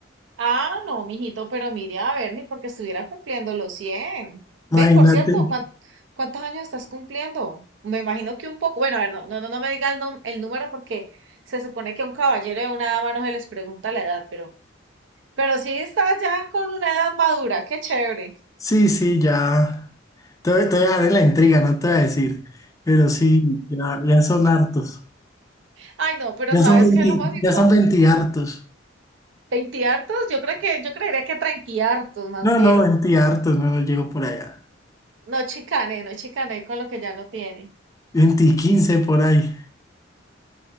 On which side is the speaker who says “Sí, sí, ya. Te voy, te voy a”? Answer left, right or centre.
Left